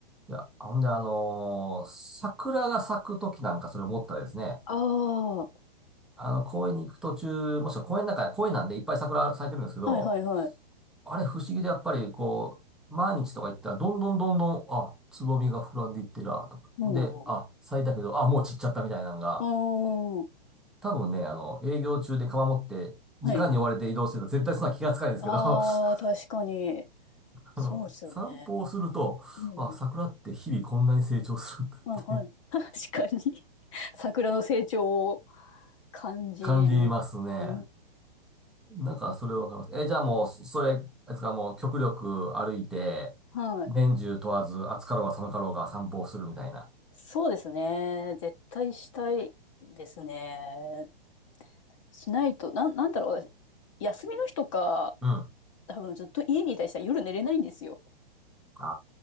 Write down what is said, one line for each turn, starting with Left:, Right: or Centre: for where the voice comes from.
Centre: いや、ほんで、あのー桜が咲くときなんかそれ思ったですね。
Left: ああ、は
Centre: あの、公園に行く途中、もしくは公園の中、公園なんでいっぱい桜咲いてるんですけど、
Left: いはいはい。
Centre: あれ不思議でやっぱりこう、毎日とか行ったら、どんどんどんどん、あ、つぼみが膨らんでいってるわ、とか。
Left: うん。
Centre: で、あ、
Left: う
Centre: 咲いたけど、あ、もう散っちゃったみたいなのが、
Left: ーん。
Centre: 多分ね、あの、営業中で釜持って、時間に追われて移動してると絶対そんな気がつかないんですけど、
Left: はい。ああ、
Centre: <laughs>
Left: 確かに。そうですよね。
Centre: あの、散歩をすると、
Left: うん
Centre: あ、桜って日々こんなに成長するんだ、みたいな
Left: あ、はい。<laughs> 確かに。<laughs> 桜の成長を感じる。
Centre: 感じますね。
Left: うん。
Centre: なんか、それわかります。え、じゃあもう、それ、あれですか、もう極力歩いて、
Left: はい。
Centre: 年中問わず、暑かろうが寒かろうが散歩をするみたいな。
Left: そうですね。絶対したいですね。しないと、なん、なんだろう、私、休みの日とか、
Centre: うん。
Left: 多分ずっと家にいたりしたら夜寝れないんですよ。
Centre: あ